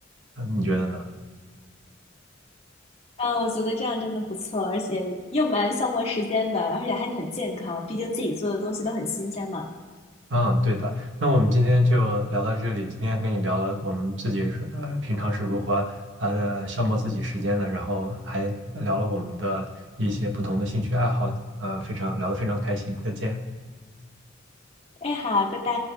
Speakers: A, on the right; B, on the left.
A: 嗯，你觉得呢？
B: 嗯，我觉得这样真的不错，而且又蛮消磨时间的，而且还很健康，毕竟自己做的东西都很新鲜嘛。
A: 嗯，对的。那我们今天就聊到这里。今天跟你聊了我们自己是呃平常是如何呃消磨自己时间的，然后还聊了我们的一些不同的兴趣爱好，呃，非常聊得非常开心。再见。
B: 哎，好，拜拜。